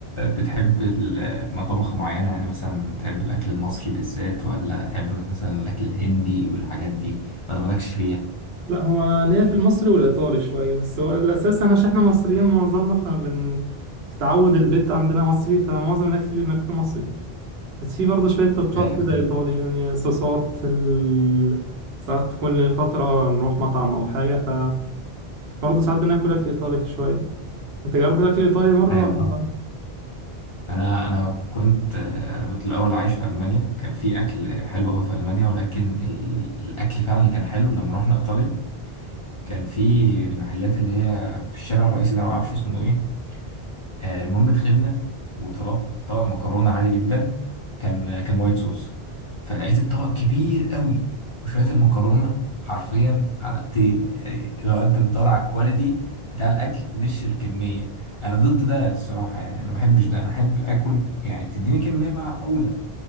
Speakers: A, on the left; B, on the right.
A: بتحب ال- مطابخ معينة يعني مثلا تحب الأكل المصري بالذات ولا تحب مثلا الأكل الهندي والحاجات دي ولا مالكش فيها
B: لا هو انا ليا في المصري والايطالي شويه بس هو الاساس انا عشان احنا مصريين معظمنا فبن في تعود البيت عندنا مصري فمعظم الاكل اللي بناكله مصري بس في برضه شوية تاتشات
A: أيوة
B: كده
A: ال...
B: إيطالي يعني صوصات ال... ساعات في كل فترة نروح مطعم أو حاجة ف برضه ساعات بناكل أكل إيطالي شوية أنت جربت أكل إيطالي مرة؟
A: أيوة
B: ولا-
A: فاهم أنا أنا كنت أنا كنت الأول عايش في ألمانيا كان في أكل حلو أوي في ألمانيا ولكن ال... الأكل فعلا اللي كان حلو لما رحنا إيطاليا كان في المحلات اللي هي في الشارع الرئيسي ده معرفش اسمه إيه آه، المهم دخلنا وطلبت طبق مكرونة عادي جدا كان كان وايت صوص فلقيت الطبق كبير قوي وشوية المكرونة حرفيا علقتين يعني لو انت بتدور على الكواليتي بتاع الاكل مش الكمية انا ضد ده الصراحة يعني انا ما بحبش ده انا احب اكل يعني تديني كمية معقولة